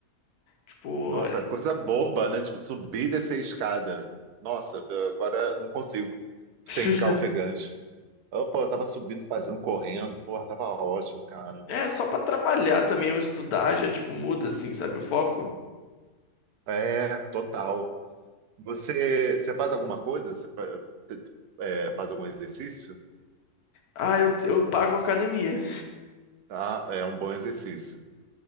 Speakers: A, on the left (about 75°); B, on the right (about 80°).
A: Tipo,
B: Nossa, coisa boba, né? Tipo, subir e descer a escada. Nossa, agora não consigo,
A: <laughs>
B: sem ficar ofegante. Ah, pô, eu tava subindo, fazendo, correndo, porra, tava ótimo, cara.
A: é só pra trabalhar também ou estudar já, tipo, muda, assim, sabe, o foco.
B: É, total. Você, você faz alguma coisa? Você fa- é, faz algum exercício?
A: Ah, eu, eu pago academia.
B: Tá, é um bom exercício.